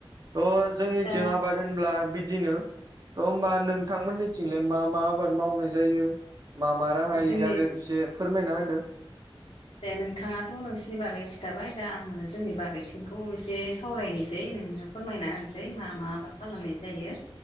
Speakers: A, on the right; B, on the left.
A: थ'जोंनिथिं
B: दा
A: आबाद होनब्ला बिदिनो थ' होनबा नों नोंथांमोननिथिंलाय मा मा आबाद मावनाय जायो मा मा राहायै
B: जोंनि
A: आरो इसे फोरमायना होदो
B: दे नोंथाङाथ' नोंसिनि बागै खिथाबाय दा आङो जोंनि बागैथिंखौ एसे सावरायनोसै नोंनो फोरमायना होनसै मा मा आबाद खालामनाय जायो